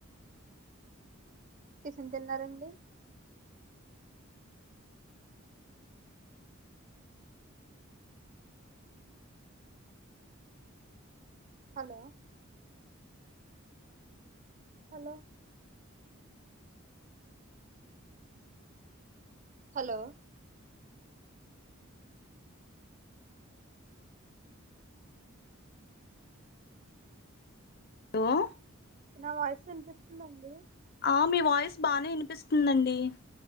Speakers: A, on the right; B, on the left.
A: టిఫిన్ తిన్నారంండి హలో హలో హలో
B: హలో
A: నా వాయిసు వినిపిస్తుందా అండి
B: ఆహ్ మీ వాయిస్ బానే ఇనిపిస్తుందండి.